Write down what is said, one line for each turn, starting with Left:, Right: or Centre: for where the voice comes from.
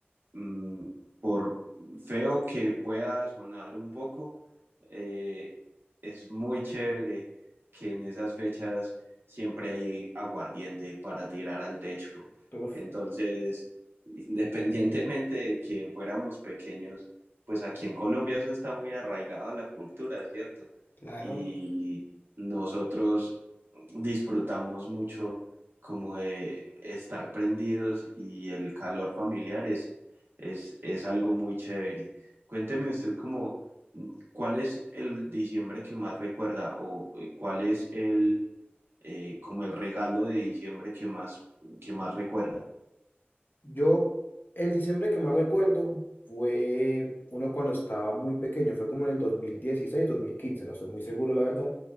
Right: mm, por feo que pueda sonar un poco, eh, es muy chévere que en esas fechas siempre hay aguardiente para tirar al techo.
Left: Uf.
Right: Entonces, independientemente de que fuéramos pequeños, pues aquí en Colombia eso está muy arraigado a la cultura, ¿cierto?
Left: Claro.
Right: Y nosotros disfrutamos mucho como de estar prendidos y el calor familiar es es, es algo muy chévere. Cuénteme usted como, mm, ¿cuál es el diciembre que más recuerda o eh, cuál es el, eh, como el regalo de diciembre que más, que más recuerda?
Left: Yo, el diciembre que más recuerdo fue uno cuando estaba muy pequeño, fue como en el dos dos mil dieciséis dos mil quince no estoy muy seguro, la verdad.